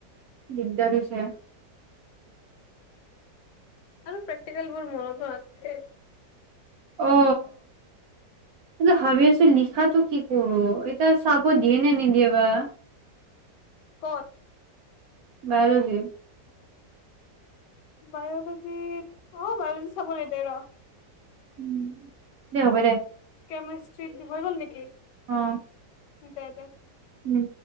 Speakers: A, on the right; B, on the left.
A: দিগদাৰছে
B: আৰু প্ৰোক্টিকেল বোৰ মনতো নাথকে
A: অ এই ভাবি আছো লিখাতটো কি কৰো এতিয়া চাব দিয়ে নে নিদিয়ে বা
B: ক'ত
A: বাইিৰজি <unintelligible>
B: বায়'লজি অ বায়লজি চাব নি দে ৰ
A: উ দে হ'ব দে
B: কেমিষ্ট্ৰি হৈ গ'ল নেকি
A: অ'
B: দে দে
A: উম